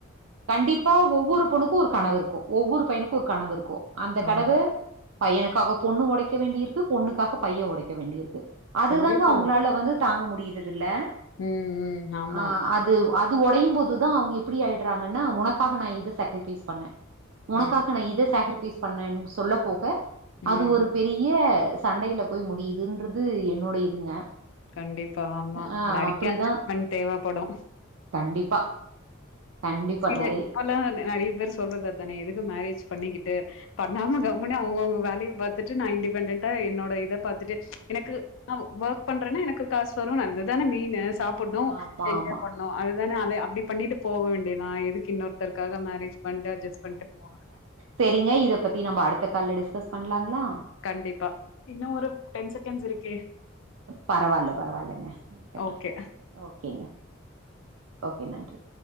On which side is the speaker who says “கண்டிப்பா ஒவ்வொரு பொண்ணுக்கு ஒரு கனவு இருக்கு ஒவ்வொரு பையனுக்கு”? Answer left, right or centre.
Right